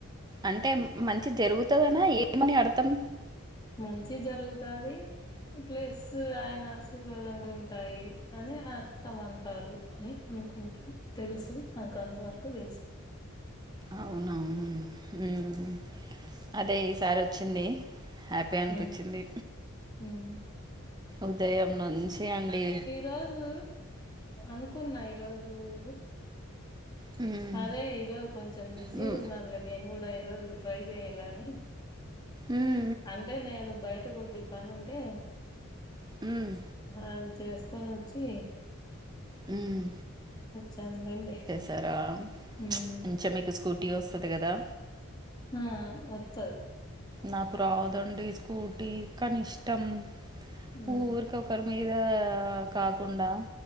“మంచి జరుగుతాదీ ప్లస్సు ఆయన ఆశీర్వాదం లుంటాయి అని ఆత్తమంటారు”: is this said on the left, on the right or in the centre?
Left